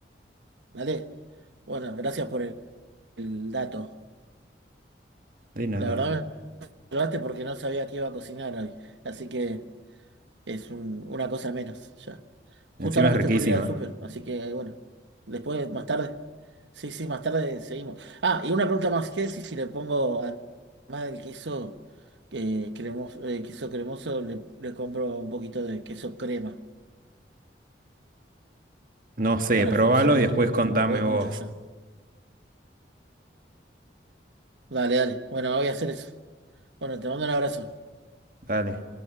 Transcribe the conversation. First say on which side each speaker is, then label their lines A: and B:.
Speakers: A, on the right; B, on the right.
A: ¿Vale? Bueno, gracias por el, el dato.
B: De nada.
A: La verdad me ayudaste porque no sabía qué iba a cocinar hoy. Así que es un- una cosa menos ya. Justo
B: Encima
A: ahora
B: es
A: me estoy
B: riquísima.
A: por ir al súper, así que bueno. Después, más tarde. Sí, sí, más tarde seguimos. Ah, y una pregunta más. ¿Qué decís si le pongo, además del queso eh, cremoso, eh, queso cremoso, le, le compro un poquito de queso crema
B: No sé,
A: para
B: probalo
A: suavizar el
B: y
A: atún?
B: después contame
A: ¿O es
B: vos.
A: mucho ya? Dale, dale. Bueno, voy a hacer eso. Bueno, te mando un abrazo.
B: Dale.